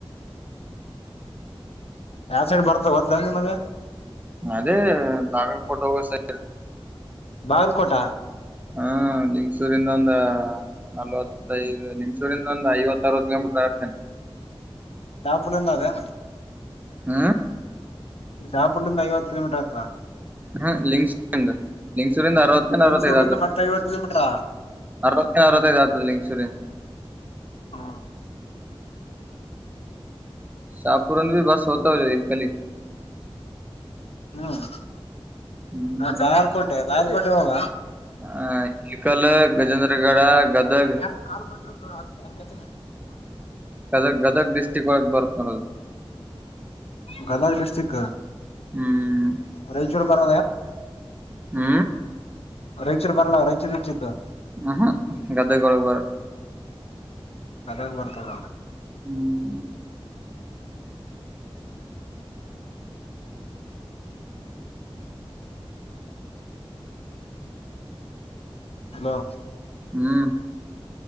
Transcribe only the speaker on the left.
ಯಾವ ಸೈಡ್ ಬರ್ತಾವ ಹತ್ರ ನಿಮಗ
ಬಾಗಲ್ಕೋಟ
ಆಾಪುರಂತ ಅದೇ
ಶಾಪುರ್ಲಿಂದ ಐವತ್ತು ಕಿಲೋಮೀಟರ್ ಆತ್ದ್
ಬಿನ್ಸೂರ್ಲಿಂದ
ಮತ್ತೆ ಐವತ್ತು ಕಿಲೋಮೀಟರ್
ಹ್ಮ
ಹ್ಮ್
ಬಲ್ಕೋಟೆ ಬಾಲ್ಕೋಟೆ ಹುವ
<inaudible>
ಗದ ಡಿಸ್ಟಕ್
ರಾಯಚೂ ಬಾರ
ರೈಚೂರ್ ಬರ್ಲ ರೈಚೂರು ಹೆಚ್ಚಿತ್ತು
ಅದಾಗ ಬರ್ತದ
ಅಲೋ